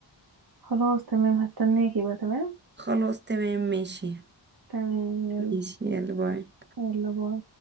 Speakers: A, on the right (about 55°); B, on the right (about 25°).
A: خلاص تمام هستناكي بقى تمام
B: خلاص تمام ماشي
A: تمام يلا
B: ماشي يلا باي
A: يلا باي